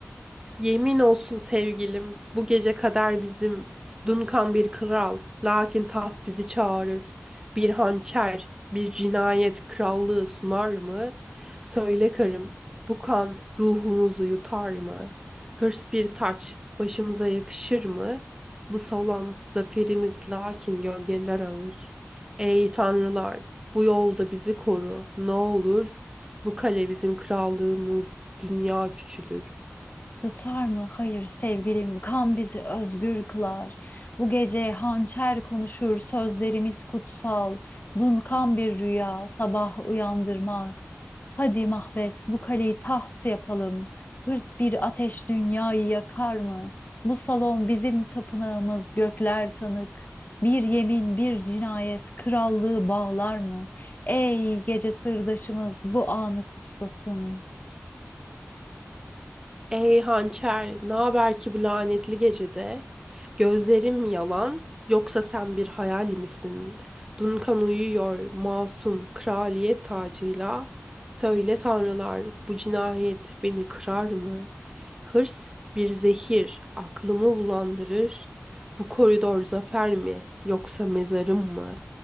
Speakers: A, on the right; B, on the left.
A: Yemin olsun sevgilim, bu gece kader bizim. Dunkan bir kral, lakin taht bizi çağırır. Bir hançer, bir cinayet krallığı sunar mı? Söyle karım, bu kan ruhumuzu yutar mı? Hırs bir taç, başımıza yakışır mı? Bu salon zaferimiz lakin gölgeler ağır. Ey tanrılar, bu yolda bizi koru, ne olur. Bu kale bizim krallığımız, dünya küçülür.
B: Yutar mı? Hayır sevgilim, kan bizi özgür kılar. Bu gece hançer konuşur, sözlerimiz kutsal. Dunkan bir rüya, sabah uyandırmaz. Hadi Mahvet, bu kaleyi taht yapalım. Hırs bir ateş dünyayı yakar mı? Bu salon bizim tapınağımız, gökler tanık. Bir yemin, bir cinayet, krallığı bağlar mı? Ey gece sırdaşımız, bu anı kutsasın.
A: Ey hançer, ne haber ki bu lanetli gecede? Gözlerim yalan, yoksa sen bir hayal misin? Dunkan uyuyor, masum, kraliyet tacıyla. Söyle tanrılar, bu cinayet beni kırar mı? Hırs bir zehir, aklımı bulandırır. Bu koridor zafer mi, yoksa mezarım mı?